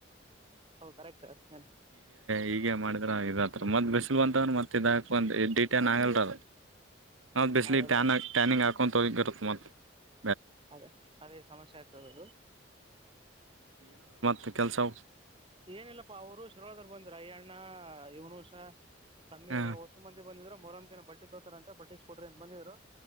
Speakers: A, on the right (about 25°); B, on the right (about 80°).
A: ಹೌ ಕರೆಕ್ಟ್ನ್
B: ಹೀಗೆ ಮಾಡಿದ್ರ ಇದತ್ರ ಮತ್ ಬಿಸಿಲು ಅಂತವ್ ಮತ್ೆ ಇದಾಕ ಒ ಡಿಟನ್ ಆಗಲ್ರ ಹೌ ಬಲಿಟಟನಿಂಗ
A: ಅದೇ
B: ಆ ಕೊಂತ ಗರುತ್ತ ಮ
A: ಅದೇ ಅದೇ ಸಮಸ್ಯೆ ಆಯ್ತದದು
B: ತ ಕೆಲಸೊ
A: ಏನಿಲ್ಲಪ್ಪಾ ಅವರು ಶರ್ಾದರು ಬಂದ್ರ ಅಯ್ಯಣ್ಣ ಇವನುಸ ಸಮೀರ
B: ಹ
A: ಹೊಸ ಮಂದಿ ಬಂದಿದ್ರರು ಮರಂಬಿಕೆ ಬಟ್ಟ ತೋತಾರಂತ ಬಟ್ಟ್ ಕೊಡ್ರಿ ಅಂತ ಬಂದಿದ್ರು